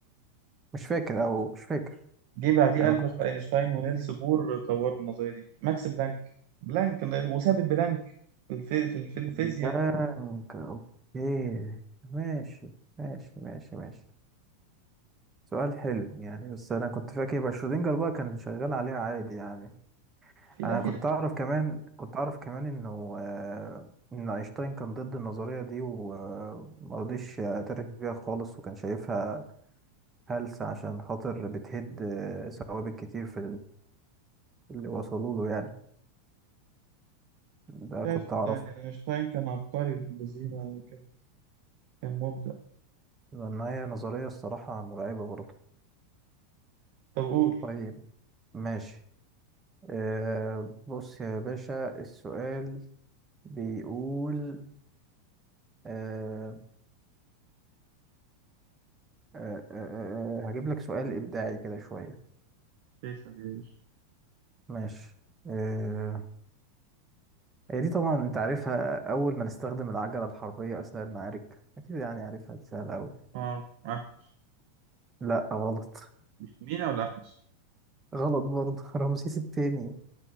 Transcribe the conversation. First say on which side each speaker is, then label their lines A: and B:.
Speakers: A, on the right; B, on the right.
A: مش فاكر او مش فاكر
B: جه بعديه
A: انا
B: ألبرت
A: كنت
B: أينشتاين ونيلس بور طوروا النظرية دي ماكس بلانك بلانك وثابت بلانك في الفي... في الفي- الفيزياء
A: بلانك اوكي ماشي ماشي ماشي ماشي سؤال حلو يعني بس انا كنت فاكر يبقى شرودنجر بقى كان شغال عليها عادي يعني
B: في
A: انا
B: لا في
A: كنت
B: ناس
A: اعرف كمان كنت اعرف كمان انه آه ان اينشتاين كان ضد النظرية دي ومرضيش يعترف بيها خالص وكان شايفها هلس عشان خاطر بتهد آه، ثوابت كتير في اللي وصلوا له يعني ده
B: شايف
A: كنت
B: صدقني
A: أعرفه
B: أينشتاين كان عبقري ابن الذين كان كان مبدع
A: لأن هي نظرية الصراحة مرعبة برضه
B: طب قول
A: طيب ماشي آه بص يا باشا السؤال بيقول آه آه آه آه هجيب لك سؤال إبداعي كده شوية
B: فيصل يا باشا
A: ماشي آه هي دي طبعا أنت عارفها أول ما نستخدم العجلة الحربية أثناء المعارك أكيد يعني عارفها دي سهلة أوي
B: اه أحمس
A: لا غلط
B: مش مينا ولا أحمس
A: غلط برضه <laughs> رمسيس التاني